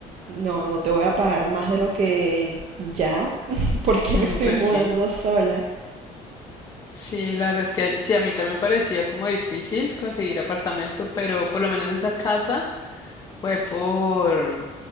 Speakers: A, on the right; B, on the left.
A: no, no te voy a pagar más de lo que ya, <laughs> porque
B: Ujú,
A: me estoy
B: pues
A: mudando
B: sí.
A: sola.
B: Sí, la verdad es que sí, a mí también parecía como difícil conseguir apartamento, pero por lo menos esa casa fue por,